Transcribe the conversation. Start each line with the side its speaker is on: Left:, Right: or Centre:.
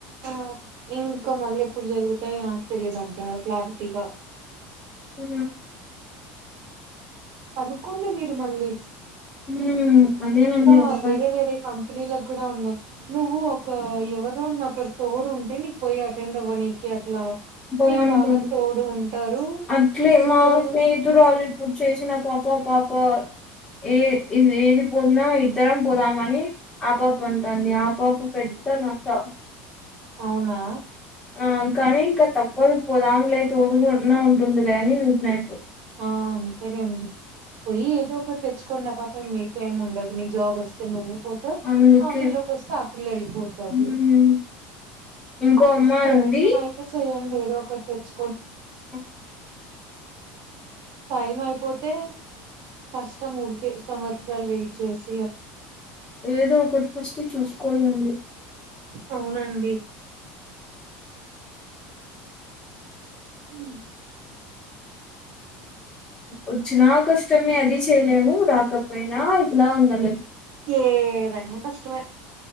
Right: ఆ ఇంకా మళ్ళీ ఎప్పుడు జరుగుతాయో నాకు తెలీదు అంతగా క్లారిటీగా
Left: ఉ
Right: అనుకోండి మీరు మళ్ళీ
Left: ఉ అదేనండి
Right: ఇంకా
Left: అడగళ్ల
Right: వేరే వేరే కంపెనీలకు కూడా ఉన్నాయి నువ్వు ఒక ఎవరోన్న ఒకరు తోడు ఉంటే నీక్ పోయి అటెండ్ అవ్వ నికి అట్లా
Left: బాగుంటది
Right: నీకు బాగా తోడు ఉంటారు
Left: అట్లే
Right: ఇద్దరు
Left: మా స్నేహితురాలు ఇప్పుడు చేసిన పాప పాప ప ఏ ఇది ఏది పోతునా ఇద్దరం పోదామని ఆపాప అంటాంది ఆపాప పెద్ద తనక
Right: అవునా
Left: ఆ కానీ ఇంక తప్పదు పోదాములే తోడుగున్నా ఉంటుంది లే అని ఉర్కనే
Right: ఆ అంతేలేండి పోయి ఏదో ఒకటి తెచ్చుకోండి ఆపాప ఏం మీతో ఏం ఉండదు నీక్ జాబ్ వస్తే నువ్వు పోతవ్
Left: అందుకే
Right: ఆ పిల్ల్లోకి వస్తే ఆ పిల్ల వెళ్ళిపోతది
Left: మ్మ్ ఇంకో
Right: ఫస్ట్
Left: అమ్మాయి
Right: ప్రయత్నం
Left: ఉంది
Right: అయితే చేయండి ఏదో ఒకటి తెచ్
Left: అ
Right: టైం అయిపోతే కష్టం ఊరికే సంవత్సరాలు వెయిట్ చేస్
Left: ఏదో ఒకటి ఫస్ట్ చూసుకోలండి
Right: అవునండి ఉ
Left: వచ్చినా కష్టమే అది చేయలేము రాకపోయినా ఇట్లా ఉండలేం
Right: ఏదైనా కష్టమే